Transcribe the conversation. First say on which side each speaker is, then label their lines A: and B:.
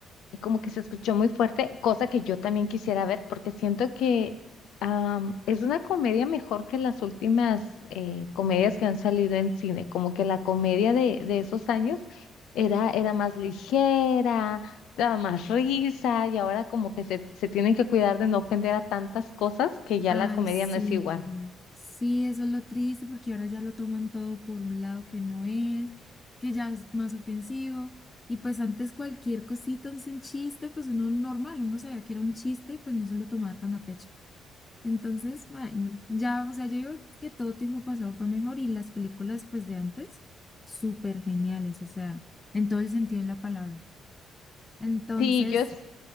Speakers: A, on the left (about 80°); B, on the left (about 20°).
A: y como que se escuchó muy fuerte, cosa que yo también quisiera ver porque siento que am, es una comedia mejor que las últimas eh, comedias que han salido en cine, como que la comedia de, de esos años era, era más ligera, daba más risa y ahora como que se, se tienen que cuidar de no ofender a tantas cosas que ya
B: Ay,
A: la comedia
B: sí,
A: no es igual.
B: sí, eso es lo triste porque ahora ya lo toman todo por un lado que no es, que ya es más ofensivo. Y pues antes cualquier cosita, así un chiste, pues uno normal, uno sabía que era un chiste y pues no se lo tomaba tan a pecho. Entonces, ay, no, ya, o sea, yo digo que todo tiempo pasado fue mejor y las películas pues de antes, súper geniales, o sea, en todo el sentido de la palabra. Entonces...
A: Sí, yo, es-